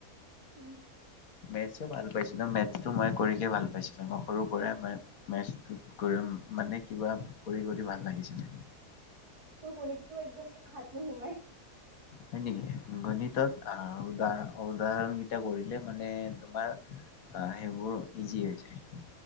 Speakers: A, on the right; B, on the left.
A: উম,
B: মেথছো ভাল পাইছো ত মেথছটো মই কৰিকে ভাল পাইছো মই সৰুৰ পৰাই মই মেচ টো কৰি মানে কিবা কৰিবলে ভাল লাগিছিলে
A: প কনেকে একদম হাত নোসুমাই
B: হল নেকি লুলনি কত আহা উদা উদাহৰণকেইটা কৰিলে মানে তোমাৰ সেইবোৰ ইজি হৈ যায়